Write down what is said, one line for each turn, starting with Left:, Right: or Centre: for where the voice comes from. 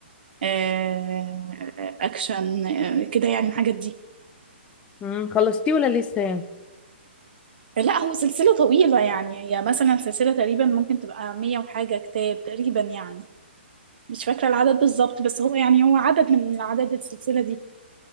Right: آه، اكشن آه، كده يعني الحاجات دي
Left: أمم، خلصتيه ولا لسه يعني
Right: لا هو سلسلة طويلة يعني هي مثلا سلسلة تقريبا ممكن تبقى مية وحاجة كتاب تقريبا يعني مش فاكرة العدد بالظبط بس هو يعني هو عدد من عدد السلسلة دي